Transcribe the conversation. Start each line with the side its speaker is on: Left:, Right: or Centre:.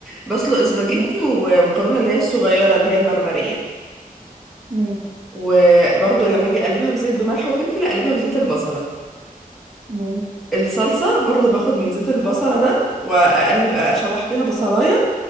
Centre: بسلق اسباجيتي
Right: مم،
Centre: ومكرونة اللي هي الصغيرة اللي هي المرمرية
Right: ماشي
Centre: وبرضو لما اجي اقلبها في زيت بملح وفلفل اقلبها في زيت البصلة
Right: ماشي
Centre: الصلصة برضو باخد من زيت البصلة ده وأقلب أشوح فيها بصلاية